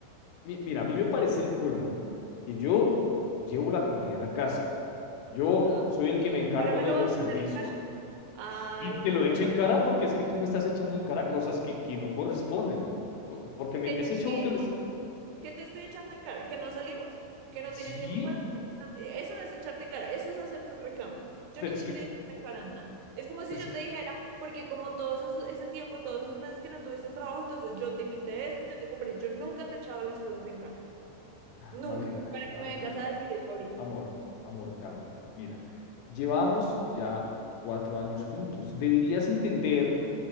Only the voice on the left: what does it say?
Mi- Mira, a mí me parece el colmo que yo llevo la comida a la casa. Yo
soy el que me
encargo
de
los
servicios.
Sí,
te lo echo
en cara porque es que tú me estás echando
en cara cosas que, que no corresponden. O- Porque me,
ese
show que
me... es-
Sí,
pero
es
que...
cu-
es
que-
a
ver,
a
ver,
a ver.
Amor, amor, cálmate. Mira, llevamos ya cuatro años juntos. Deberías entender